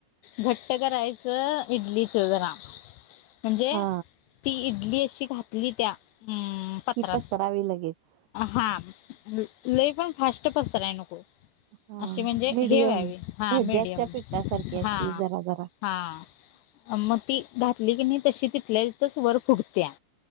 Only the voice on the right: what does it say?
हा
की पसरावी लगेच.
हा
मीडियम
भज्याच्या
पिठासारखी अशी
जरा जरा